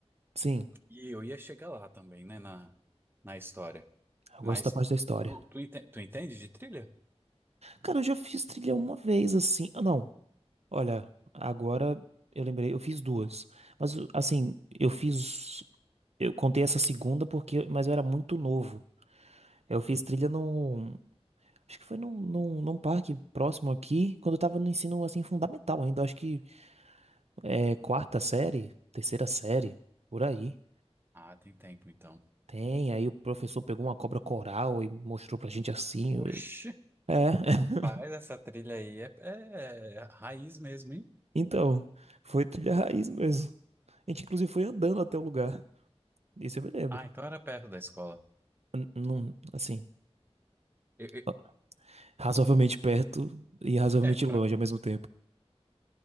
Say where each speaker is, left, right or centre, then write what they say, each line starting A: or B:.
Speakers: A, on the right; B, on the right.
A: Sim,
B: e eu ia chegar lá também, né, na, na história.
A: eu gosto
B: Mas
A: da parte da história.
B: tu, tu, ente- tu entende de trilha?
A: Cara, eu já fiz trilha uma vez assim. Ah, não. Olha, agora eu lembrei, eu fiz duas. Mas assim, eu fiz eu contei essa segunda porque mas eu era muito novo. Eu fiz trilha num acho que foi num, num, num parque próximo aqui, quando eu tava no ensino assim fundamental ainda, acho que é quarta série, terceira série, por aí.
B: Ah, tem tempo então.
A: Tem, aí o professor pegou uma cobra coral e mostrou pra gente assim.
B: Oxi,
A: É. <laughs>
B: faz essa trilha aí. É, é raiz mesmo, hein?
A: Então, foi trilha raiz mesmo. A gente inclusive foi andando até o lugar. Isso eu me lembro.
B: Ah, então era perto da escola.
A: N- Não, assim,
B: Eu- eu-
A: ó, razoavelmente perto e razoavelmente
B: é, pra,
A: longe ao mesmo tempo.